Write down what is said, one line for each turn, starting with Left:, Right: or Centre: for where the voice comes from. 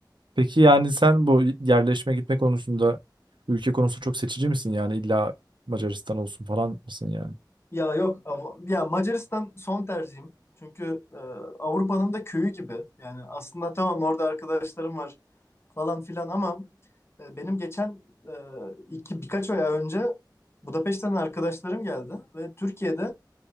Right: Peki yani sen bu yerleşme gitme konusunda ülke konusu çok seçici misin yani illa Macaristan olsun falan mısın yani?
Left: Ya yok Av- ya Macaristan son tercihim. Çünkü e, Avrupa'nın da köyü gibi. Yani aslında tamam orada arkadaşlarım var. falan filan ama e, benim geçen e, iki birkaç ay önce Budapeşte'den arkadaşlarım geldi ve Türkiye'de